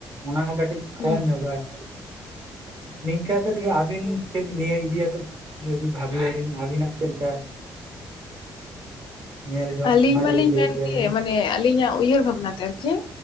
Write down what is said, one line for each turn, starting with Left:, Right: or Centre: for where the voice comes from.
Right: ᱚᱱᱟ ᱦᱚᱸ ᱠᱟᱹᱴᱤᱡ
Left: ᱦᱩᱸ
Right: ᱠᱚᱢ ᱧᱚᱜᱼᱟ᱾ ᱟᱨ ᱱᱤᱝᱠᱟᱹᱛᱮᱫ ᱟᱹᱵᱤᱱ ᱪᱮᱫ ᱱᱤᱭᱟᱹ ᱤᱫᱤ ᱟᱛᱮᱫ ᱡᱩᱫᱤ ᱵᱷᱟᱵᱤᱭᱟᱵᱤᱱ ᱟᱵᱤᱱᱟᱜ ᱪᱮᱫ ᱞᱮᱠᱟ ᱧᱮᱞ ᱡᱚᱝ
Left: ᱟᱹᱞᱤᱧ
Right: ᱚᱱᱟ
Left: ᱢᱟᱞᱤᱧ
Right: ᱡᱩᱫᱤ ᱞᱟᱹᱭ
Left: ᱢᱮᱱᱜᱮ
Right: ᱠᱮᱭᱟᱵᱤᱱ,
Left: ᱢᱟᱱᱮ ᱟᱹᱞᱤᱧᱟᱜ ᱩᱭᱦᱟᱹᱨ ᱵᱷᱟᱵᱽᱱᱟ ᱛᱮ ᱟᱨᱠᱤ